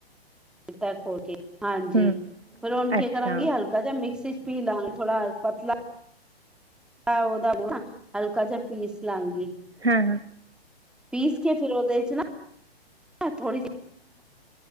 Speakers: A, in the centre; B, on the right (about 85°).
A: ਤੇ ਘਰ ਪਹੁੰਚੇ। ਹਾਂਜੀ,
B: ਹਮ
A: ਫਿਰ ਹੁਣ
B: ਅੱਛਾ
A: ਕੀ ਕਰਾਂਗੀ ਹਲਕਾ ਜਾਂ ਮਿਕਸੀ ਚ ਪੀ ਲਾਂਗੀ ਥੋੜਾ ਪਤਲਾ ਓ ਉਹਦਾ ਹਲਕਾ ਜਿਹਾ ਪੀਸ ਲਾਗੀ।
B: ਹਾਂ ਹਾਂ।
A: ਪੀਸ ਕੇ ਫਿਰ ਉਹਦੇ ਚ ਨਾ ਥੋੜ੍ਹੀ ਜਿਹੀ